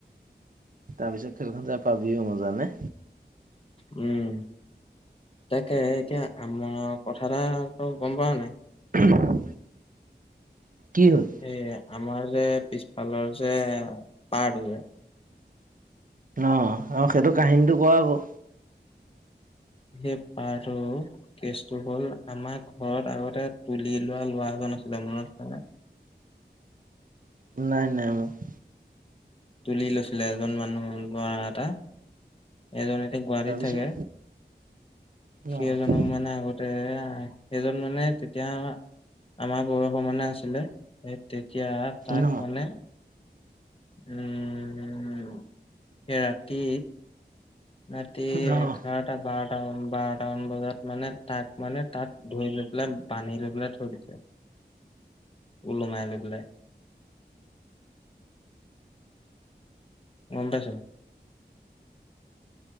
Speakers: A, on the right (about 50°); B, on the left (about 30°).
A: তাৰপিছত খেলখন যাই পাবিও মজানে?
B: উম', তাকে এতিয়া আমাৰ কথা এটা গম পাও নাই।
A: উম, কি হ'ল?
B: এই আমাৰ যে পিছফালৰ যে পাৰটো যে
A: অ', সেইটো কাহিনীটো কোৱা আকৌ?
B: সেই পাৰটোৰ কেচটো হ'ল, আমাক ঘৰত আগতে তুলি লোৱা লৰা এজন আছিলে মনত কৰা।
A: নাই নাই মোৰ
B: তুলি লৈছিলে এজন মানুহ ল'ৰা এটা। এজন এতিয়া গুৱাহাটীত
A: তাৰপিছত
B: থাকে।
A: ন
B: সেই এজনক মানে আগত তে এইজন মানে তেতিয়া আমাৰ বয়সৰ মানে আছিলে, তেতিয়া তাক
A: ন
B: মানে উম, এ ৰাতি ৰাতি এঘাৰটা
A: ন
B: বাৰটাত বাৰটা মান বজাত মানে তাক মানে তাত ধৰি লৈ বান্ধি লৈ পেলাই থৈ দিছে, উলোমাই লৈ পেলাই। গ'ম পাইছ।